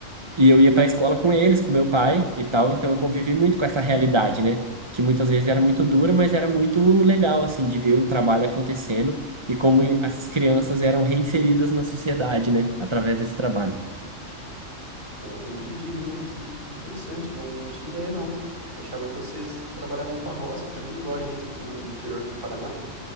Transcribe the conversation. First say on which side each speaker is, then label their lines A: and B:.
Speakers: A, on the right (about 25°); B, on the right (about 40°).
A: e eu ia para a escola com eles, com meu pai e tal, então eu convivi muito com essa realidade, né? Que muitas vezes era muito dura, mas era muito legal, assim, de ver um trabalho acontecendo e como essas crianças eram reinseridas na sociedade, né? Através desse trabalho.
B: Olha, muito digno, hein? Que, que interessante, não, não tinha ideia, não. Eu achava que vocês trabalhavam com a roça também, igual a gente aqui no, no interior do Paraná,